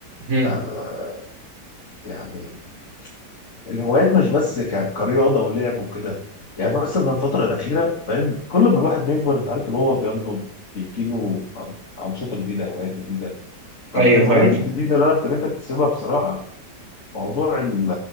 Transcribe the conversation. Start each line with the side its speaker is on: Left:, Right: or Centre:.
Right: مم.
Left: آه يعني الهوايات مش بس ك- كرياضة ولعب وكده يعني بس انا الفترة الأخيرة فاهم كل ما الواحد بيكبر انت عارف اللي هو بينضج بيجيله أن- أنشطة جديدة هوايات جديدة فمن
Right: ايوه
Left: هواياتي
Right: فعلا
Left: الجديدة اللي أنا ابتديت أكتسبها بصراحة موضوع ال-